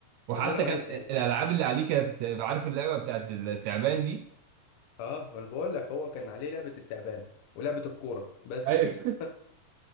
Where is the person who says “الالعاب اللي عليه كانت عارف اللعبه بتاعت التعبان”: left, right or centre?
Right